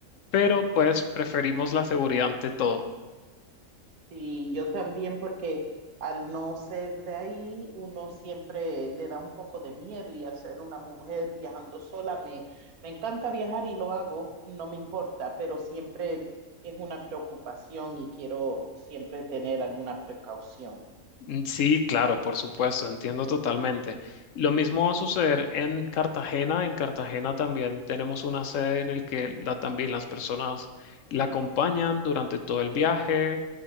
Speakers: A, on the left; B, on the right.
A: pero pues preferimos la seguridad ante todo.
B: Sí, yo también porque al no ser de ahí, uno siempre le da un poco de miedo y hacer una mujer viajando sola, me, me encanta viajar y lo hago, no me importa, pero siempre es una preocupación y quiero siempre tener alguna precaución.
A: Mm, Sí, claro, por supuesto, entiendo totalmente. Lo mismo va a suceder en Cartagena. En Cartagena también tenemos una sede en el que la- también las personas la acompañan durante todo el viaje.